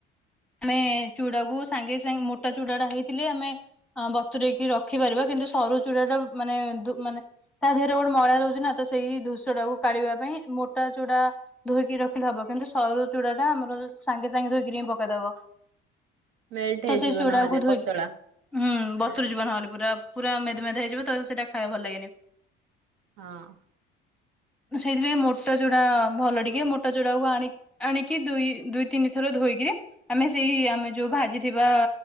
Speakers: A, in the centre; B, on the right.
A: ଆମେ ଚୁଡା କୁ ସାଙ୍ଗେ ସାଙ୍ଗ ମୋଟା ଚୁଡା ଟା ହେଇଥିଲେ ଆମେ ଆ ବତୁରେଇକି ରଖିପାରିବା କିନ୍ତୁ ସରୁ ଚୂଡ଼ା ଟା ମାନେ ଧୋ-ମାନେ ତା ଦେହରେ ଗୋଟେ ମଇଳା ରହୁଛି ନା ତ ସେଇ ଧ୍ରୁଶ୍ୟ ଟାକୁ କାଢିବା ପାଇଁ ମୋଟା ଚୁଡା ଧୋଇକି ରଖିଲେ ହବ, କିନ୍ତୁ ସରୁ ଚୁଡା ଟା ଆମର ସାଙ୍ଗେ ସାଙ୍ଗେ ଧୋଇକିରି ହିଁ ପକେଇଦବ।
B: ମେଲ୍ଟ
A: ତ
B: ହେଇଯିବ
A: ସେଇ ଚୁଡାକୁ
B: ନହେଲେ
A: ଧୋଇକି,
B: ପତଳା।
A: ହୁଁ
B: ହଁ।
A: ବତ୍ରୁ ଜୀବ ନହେଲେ ପୁରା ପୁର ମେଦ ମେଦ ହେଇଯିବ ତ ସେଟା ଖାଇବାକୁ ଭଲ ଲାଗେନି।
B: ହଁ।
A: ସେଇଥିପାଇଁ ମୋଟା ଚୁଡା ଭଲ ଟିକେ, ମୋଟା ଚୁଡାକୁ ଆଣି ଆଣିକି ଦୁଇ ଦୁଇ ତିନି ଥରେ ଧୋଇକିରି ଆମେ ସେଇ ଆମେ ଯୋଉ ଭାଜିଥିବା